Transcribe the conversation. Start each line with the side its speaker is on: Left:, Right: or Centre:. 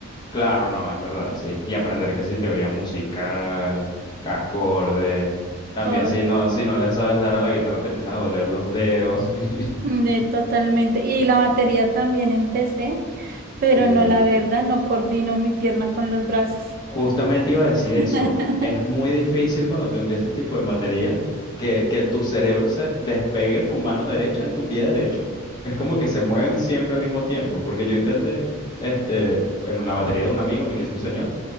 Left: Claro, no, es verdad, sí. Y aprender que sí, teoría musical, acordes. También,
Right: todo,
Left: si no, si no le sabes dar a la guitarra, te empiezan a doler los dedos. <laughs>
Right: de totalmente. Y la batería también empecé, pero
Left: Uy,
Right: no, la verdad, no coordino mi pierna con los brazos.
Left: justamente iba a decir
Right: <laughs>
Left: eso. Es muy difícil cuando tú empiezas tipo en batería que, que tu cerebro se despegue tu mano derecha de tu pie derecho. Es como que se mueven siempre al mismo tiempo. Porque yo intenté, este, en una batería de un amigo me quiso enseñar